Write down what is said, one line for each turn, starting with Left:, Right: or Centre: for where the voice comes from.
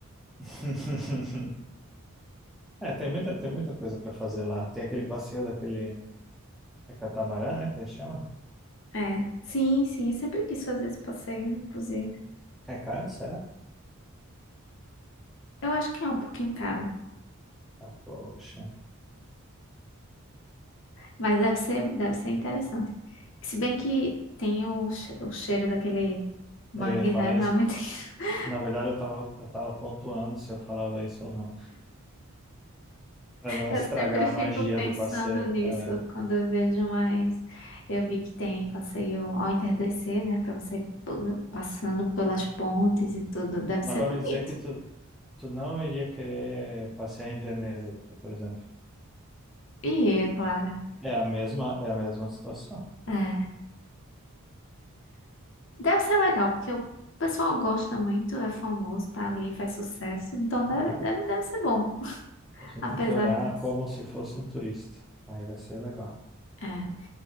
Centre: <laughs> É, tem muita, tem muita coisa para fazer lá. Tem aquele passeio daquele. É catamarã, né? Que ele chama?
Left: É, sim, sim, eu sempre quis fazer esse passeio, inclusive.
Centre: É caro, será?
Left: Eu acho que é um pouquinho caro.
Centre: Ah, poxa.
Left: Mas deve ser, deve ser interessante. Se bem que tem o, che- o cheiro daquele mangue,
Centre: Eu ia falar
Left: né? Não
Centre: isso.
Left: é muito. <laughs>
Centre: Na verdade, eu tava, eu tava pontuando se eu falava isso ou não, para não
Left: Eu
Centre: estragar
Left: sempre fico
Centre: a magia
Left: pensando
Centre: do passeio.
Left: nisso
Centre: É,
Left: quando eu vejo, mas eu vi que tem passeio ao entardecer, né? Pra você p- passando pelas pontes e tudo. Deve
Centre: Mas
Left: ser
Centre: vai
Left: bonito.
Centre: me dizer que tu, Tu não iria querer passear em Veneza, por exemplo.
Left: E é claro.
Centre: É a mesma, é a mesma situação.
Left: É. Deve ser legal, porque o pessoal gosta muito, é famoso, tá ali, faz sucesso. Então deve,
Centre: Ah,
Left: deve, deve ser bom,
Centre: a gente
Left: apesar
Centre: tem que olhar
Left: disso.
Centre: como se fosse um turista. Aí vai ser legal.
Left: É.